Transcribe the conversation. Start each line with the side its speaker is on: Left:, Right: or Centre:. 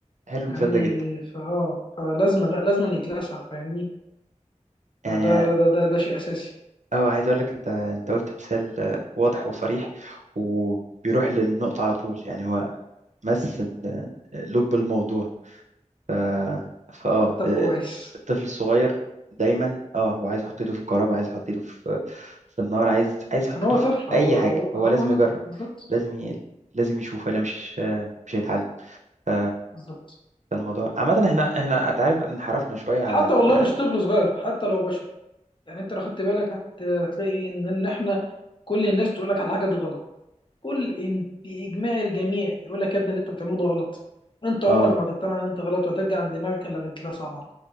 Right: حلو
Left: فاهمني
Right: المثال ده جدا
Left: فأه فلازما لا لازما يتلسع فاهمني فده
Right: يعني
Left: ده ده ده, ده شيء اساسي
Right: اه عايز اقول لك انت انت قلت مثال آه، واضح وصريح وبيروح للنقطة على طول يعني هو مس ال- لب الموضوع ف... فاه
Left: طب كويس
Right: الطفل الصغير دايما اه هو عايز يحط ايده في الكهرباء عايز يحط ايده في في النار عايز عايز يحط
Left: عشان
Right: ايده
Left: هو طفل
Right: في اي
Left: هو هو
Right: حاجه
Left: اه
Right: هو
Left: آه،
Right: لازم يجرب
Left: بالظبط
Right: لازم ي... لازم يشوف ولا مش مش هيتعلم ف...
Left: بالظبط
Right: فالموضوع عامه احنا احنا انت عارف انحرفنا شويه عن
Left: حتى
Right: ال...
Left: والله مش طفل صغير حتى لو بشر يعني انت لو خدت بالك هت... هتلاقي ان ان احنا كل الناس تقول لك على حاجه دي غلط كل إن- باجماع الجميع يقول لك يا ابني اللي انت بتعمله ده غلط انت عمرك
Right: اه
Left: ما هتقتنع ان انت غلط وهترجع عند دماغك إلا لما تتلسع بره